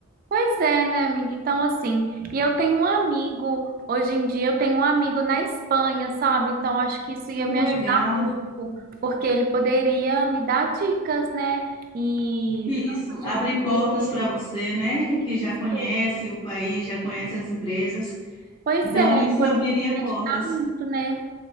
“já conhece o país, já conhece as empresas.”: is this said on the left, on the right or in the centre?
Left